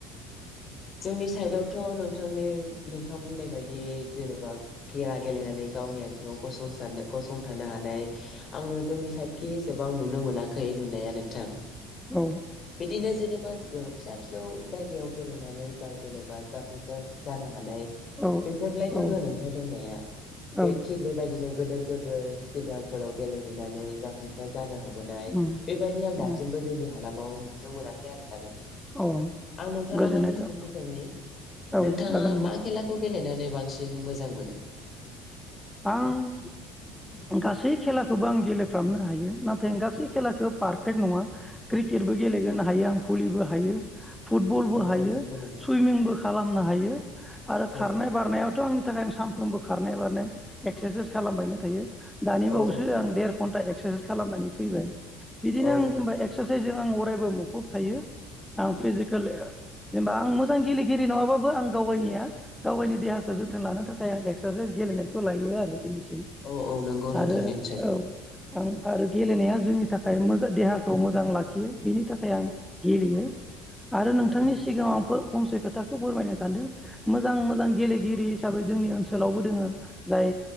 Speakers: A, on the left; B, in the centre.
A: जोंनि साइडआवथ' नोंथांनि नोंथां बुंनाय बायदियै जेनेबा खेला गेलेनानै गावनि आथिङाव गं गसंथानो हानाय आङो जोंनि साइदखि एसेबां नुनो मोनाखै नुनाया नोंथां
B: औ
A: बिदिनो जेनेबा फिसा फिसौ जायगायाव गेलेनानै जाय जेनेबा जाफुंसार जानो हानाय
B: औ
A: बेफोरलाय दोङो
B: औ
A: नोंथां दंनाया
B: औ
A: बे थिग बेबायदिनो गोदोर गोदोर स्टेडियामफोराव गेलेहैनानै जाफुंसार जानो हा बोनाय
B: उम
A: बेबायदि आं दासिमबो
B: उम
A: जोंनि हालाम ाव नुनो मोनाखै आरो दाबो
B: अ
A: आं नोंथांनाव
B: गोजोननाय
A: मोनसे
B: था
A: सोंथि सोंनि
B: औ
A: नोंथाङा
B: जागोन नों
A: मा खेलाखौ गेलेनानै बांसिन मोजां मोनो
B: आं गासै खेलाखौबो आं गेलेफ्रामनो हायो नाथाय गासै खेलाखौ पारफेक्ट नङा क्रिकेटबो गेलेग्रोनो हायो आं भलिबो हायो फुटबलबो
A: औ
B: हायो
A: औ नंगौ नोंथां
B: सुइमिंबो खालामनो हायो आरो खारनाय
A: औ
B: बारनायावथ' आं बि थाखाय आं सानफ्रोमबो खारनाय बारनाय एक्सारसाइस खालामबायनो थायो दानि
A: औ औ
B: बावैसो
A: औ नंगौ
B: आं देर घन्टा एक्सारसाइस खालामनानै फैबाय बिदिनो
A: औ
B: आं जेनेबा एक्सारसाइसजों आं अरायबो मोन कुॅप थायो आं फिजिकेल जेनेबा आं मोजां गेलेगिरि नङाबाबो आं गाव गावनिया गाव गावनि देहाखौ जोथोन लानो थाखाय आं एक्सारसाइस गेलेनाय लायो आरो
A: औ औ नंगौ नोंथां
B: आरो
A: निसय
B: औ आं आरो गेलेनाया जोंनि थाखाय मोजां देहाखौ मोजां लाखियो बिनि थाखाय आं गेलेयो आरो नोंथांनि
A: औ नंगौ
B: सिगाङाव आं फंसे खोथाखौ फोरमायनो सानदों मोजां मोजां गेलेगिरि हिसाबै जोंनि ओनसोलावबो दोङो जाय